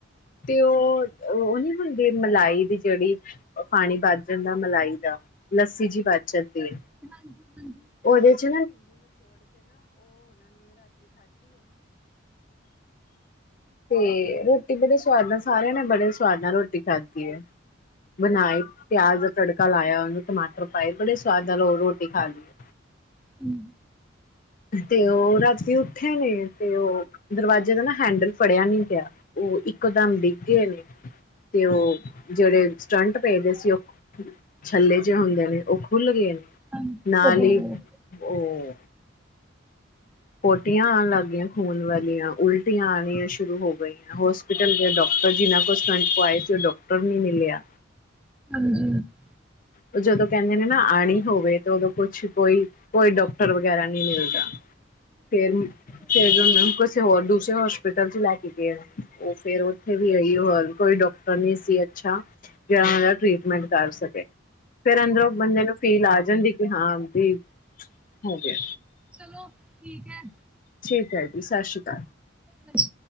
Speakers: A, on the left; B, in the centre.
A: ਤੇ ਉਹ ਉਹ ਨਹੀਂ ਹੁੰਦੀ ਮਲਾਈ ਦੀ ਜਿਹੜੀ ਪਾਣੀ ਵੱਜ ਜਾਂਦਾ। ਮਲਾਈ ਦਾ ਲੱਸੀ ਜਿਹੀ ਵੱਜ ਜਾਂਦੀ ਐ।
B: <inaudible>
A: ਉਹਦੇ ਚ ਤੇ ਰੋਟੀ ਬੜੇ ਸਵਾਦ ਨਾਲ ਸਾਰਿਆਂ ਨੇ ਬੜੇ ਸਵਾਦ ਨਾਲ ਰੋਟੀ ਖਾਧੀ ਹੈ। ਬਣਾਏ ਪਿਆਜ ਦਾ ਤੜਕਾ ਕਾ ਲਾਇਆ ਉਹਨੂੰ ਟਮਾਟਰ ਪਾਏ ਬੜੇ ਸਵਾਦ ਨਾਲ ਉਹ ਰੋਟੀ ਖਾ ਲਈ।
B: ਹੂੰ।
A: ਤੇ ਉਹ ਰਾਤੀ ਉੱਥੇ ਨੇ ਤੇ ਉਹ ਦਰਵਾਜ਼ੇ ਦਾ ਨਾ ਹੈਂਡਲ ਫੜਿਆ ਨਹੀਂ ਪਿਆ। ਉਹ ਇੱਕੋ ਦਮ ਡਿੱਗ ਗਏ ਨੇ ਤੇ ਉਹ ਜਿਹੜੇ ਸਟੰਟ ਪਏ ਦੇ ਸੀ। ਉਹ ਛੱਲੇ ਜਿਹੇ ਹੁੰਦੇ ਨੇ ਉਹ ਖੁੱਲ ਗਏ ਨੇ।
B: ਹਾਂਜੀ
A: ਨਾਲ ਹੀ ਉਹ ਪੋਟੀਆਂ ਆਉਣ ਲੱਗ ਗਈਆਂ ਖੂਨ ਵਾਲੀਆਂ, ਉਲਟੀਆਂ ਆਉਣੀਆਂ ਸ਼ੁਰੂ ਹੋ ਗਈਆਂ। ਹੋਸਪਿਟਲ ਦੇ ਡਾਕਟਰ ਜਿਨਾਂ ਕੋ ਸਟੰਟ ਪਵਾਏ ਸੀ। ਉਹ ਡਾਕਟਰ ਨਹੀਂ ਮਿਲਿਆ।
B: <unintelligible>
A: ਉਹ ਜਦੋਂ ਕਹਿੰਦੇ ਨੇ ਨਾ ਆਣੀ ਹੋਵੇ। ਉਦੋਂ ਕੁਛ ਕੋਈ ਕੋਈ ਡਾਕਟਰ ਵਗੈਰਾ ਨਹੀਂ ਮਿਲਦਾ ਫਿਰ ਫਿਰ ਕਿਸੇ ਹੋਰ ਦੂਸਰੇ ਹੋਸਪ ਹੋਸਪਿਟਲ ਚ ਲੈ ਕੇ ਗਏ। ਉਹ ਫੇਰ ਉੱਥੇ ਵੀ ਇਹੀ ਓ ਹਾਲ, ਕੋਈ ਡਾਕ <unintelligible> ਸੀ ਅੱਛਾ ਜਿਹੜਾ ਉਹ ਦਾ ਟ੍ਰੀਟਮੈਂਟ ਕਰ ਸ <unintelligible> ਫਿਰ ਅੰਦਰੋਂ ਬੰਦੇ ਨੂੰ ਫੀਲ ਆ ਜਾਂਦੀ। ਹਾਂ ਵੀ ਹੋ ਗਿਆ।
B: ਚਲੋ ਠੀਕ ਐ।
A: ਠੀਕ ਐ ਜੀ ਸਤਿ ਸ਼੍ਰੀ ਅਕਾਲ
B: ਅੱਛ